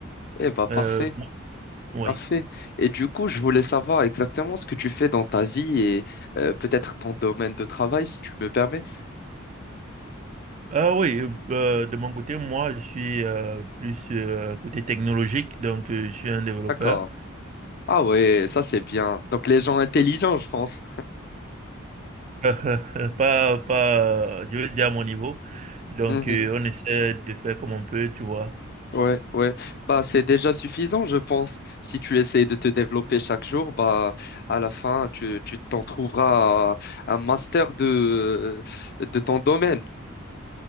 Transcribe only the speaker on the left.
Eh bah parfait,
parfait. Et du coup, je voulais savoir exactement ce que tu fais dans ta vie et euh, peut-être ton domaine de travail, si tu me permets.
D'accord. Ah ouais, ça c'est bien. Donc les gens intelligents, je pense.
<laughs>
Ouais, ouais. Bah, c'est déjà suffisant, je pense. Si tu essayes de te développer chaque jour, bah, à la fin, tu, tu t'en trouveras un master de, de ton domaine.